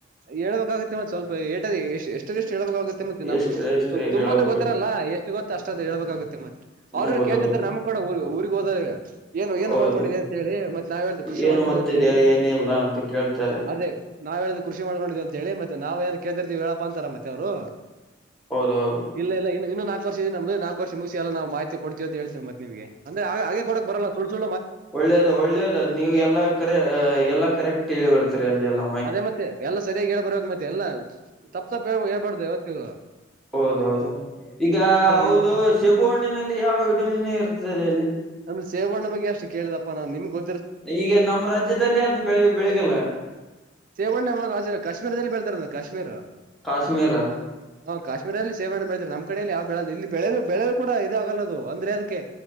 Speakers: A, on the right; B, in the centre.
A: ಹೇಳ್ಬೇಕಾಗುತ್ತೆ ಮತ್ತತ್ ಸ್ವಲ್ಪ ಏಟ ಎಷ್ಟ ಎಷ್ಟ ಎಷ್ಟು ಹೇಳ್ಬೇಕಾಗುತ್ತೆ ಮತ್ತೆ ನಮಗ
B: ಎಷ್ಟು ಎಷ್ಟು ಹೇಳ್ಬೇಕೈತಿ
A: ತುಂಬ ಗೊತ್ತಿರಲ್ಲ ಎಷ್ಟು ಗೊತ್ತ ಅಷ್ಟ ಹೇಬೇಕಾಗುತ್ತೆ ಮತ್ತೆ ಅವ್ರ
B: ಹೌದೌದು
A: ಕ ನಮ್ ಕೂಡ ಕದಾ ಏನು ಏನು
B: ಹೌದು
A: ಮಾಡ್ಕೊಂಡಿದೆ ಅಂತ ಹೇಳಿ ಮತ್ತೆ ನಾವ್ ಹೇಳ್ದು ಕೃಷಿ
B: ಏನ್
A: ಮಾಡ್ಕೊಂಡಿದೆವಿ
B: ಓದ್ತಿದ್ಯಾ
A: ಅಂತ ಹೇಳಿ
B: ಏನಿಲ್ಲ ಅಂತ ಕೇಳ್ತಾರೆ
A: ಅದೇ ನಾವ ಹೇಳಿದ್ರ ಕೃಷಿ ಮಾಡ್ಕೊಂಡೀವಿಂತ ಹೇಳಿ ಮತ್ತೆ ನಾವ ಏನ್ ಕೇಳದಿರ್ತವಿ ಹೇಳಲ್ಲಪ್ಪ ಅಂತಾರ ಮತ್ತೆ ಅವರು
B: ಹೌದೌದು
A: ಇಲ್ಲ ಇಲ್ಲ ಇನ್ನು ಇನ್ನು ನಾಲ್ಕು ವರ್ಷ ಇದೆ ನ್ದ ನಾಲ್ಕು ವರ್ಷ ಮುಗಿಸಿ ಎಲ್ಲ ನಾವು ಮಾಹತಿಡ್ತೀವಿ ಅಂತ ಹೇಳ್ೀವಿ ಮತ್ತೆ ನಿಮಗೆ ಅಂದೆ ಹಾಗೆ ಕೊಡಕ್ ಬರಲ್ಲ ಸು ಸು
B: ಒಳ್ಳೇದು ಒಳ್ಳೇದು ನೀವ್ ಎಲ್ಲಾ ಕರೆ ಎಲ್ಲಾ ಕರೆಕ್ಟ್ ಹೇಳಿ ಬರ್ತೀರಿ ಅಲ್ಲಿ ಎಲ್ಲ
A: ಅದೇ ಮತ್ತೆ ಎಲ್ಲ ಸರಿಯಾಗಿ ಹೇಳ್ಬರ್ಬೇಕು ಮತ್ತೆ ಎಲ್ಲ ತಪ್ಪ ತಪ್ಪ ಹ ಹೇಳ್ಬಾರ್ದು ಹೊತ್ತಿಗ
B: ಹೌದೌದು ಈಗ ಹೌದು
A: ಇವ್ರು
B: ಶೆಬು ಹಣ್ಣಿನಲ್ಲಿ ಯಾವ ವಿಟಮಿನ್ ಇರ್ತದೆ ಅಲ್ಲಿ
A: ನಮ್ ಸೇವಣ್ಣ ಬಗ್ಗೆ ಅಷ್ಟ ಕೇಳಿದಪ್ಪ ನಾನ್ ನಿಮ್ಗೆ ಗೊ
B: ಈಗ ನಮ್ಮ ರಾಜ್ಯದಲ್ಲಿ ಅದನ್ ಬೆಳ ಬೆಳಿಗಲ್ಲ
A: ಚೇವಣ್ಣಮ್ಮ ರಾಜ ಕಾಶ್ಮೀರದಲ್ಲಿ ಬಳ್ತಾರ ಕಾಶ್ಮೀರ
B: ಕಾಶ್ಮೀರ
A: ಹಾ ಕಾಶ್ಮೀರಲ್ಲಿ ಸೇವೆನೆ ಮಾಡ ಬೆಳದಾರೆ ನ ಕಡೆಯಲ್ಲಿ ಯಾವ ಬೆಳಲ್ಲ ಇ ಬೆಳದು ಬೆಳೆದು ಕೂಡ ಇದಾಗಗಲ್ಲ ಅಂದ್ರೆ ಅದಕ್ಕೆ